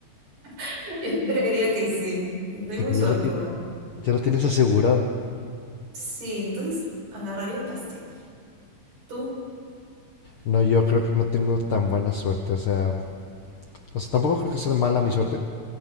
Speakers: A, on the right; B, on the left.
A: <laughs> yo creería que sí. Soy
B: de
A: muy
B: que
A: suertuda.
B: ya, la ti- ya la tienes asegurada.
A: Sí, entonces agarraría un pastel. ¿Tú?
B: No, yo creo que no tengo tan buena suerte, o sea, o sea, tampoco creo que sea mala mi suerte.